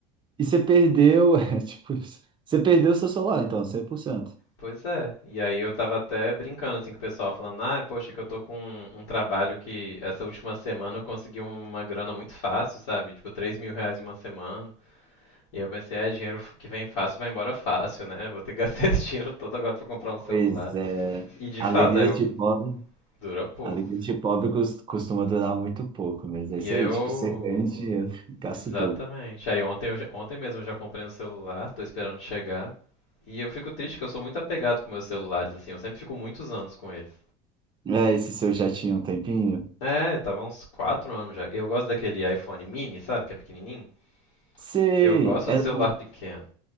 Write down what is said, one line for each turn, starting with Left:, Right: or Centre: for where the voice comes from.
Right: E você perdeu, <laughs> é, tipo, isso. você perdeu seu celular, então, cem por cento.
Left: Pois é. E aí eu tava até brincando assim com o pessoal, falando, ah, poxa, que eu tô com um, um trabalho que essa última semana eu consegui uma grana muito fácil, sabe? Tipo, três mil reais em uma semana. E aí eu pensei, é, dinheiro f- que vem fácil vai embora fácil, né? Vou ter que <laughs> gastar esse dinheiro todo agora pra comprar um celular.
Right: Pois é,
Left: E de
Right: alegria
Left: fato, aí eu
Right: de pobre.
Left: dura pouco.
Right: A vida de pobre cos- costuma durar muito pouco mesmo.
Left: E
Right: É isso
Left: aí
Right: aí,
Left: eu.
Right: tipo, você ganha dinheiro, <laughs> gasta
Left: Exatamente.
Right: o dobro.
Left: Aí ontem, eu já- ontem mesmo eu já comprei um celular, tô esperando chegar. E eu fico triste que eu sou muito apegado com meus celulares, assim, eu sempre fico muitos anos com eles.
Right: É, esse seu já tinha um tempinho?
Left: É, tava uns 4 anos já. Eu gosto daquele iPhone mini, sabe? Que é pequenininho.
Right: Sei!
Left: Que eu gosto
Right: Era
Left: do celular
Right: o-
Left: pequeno.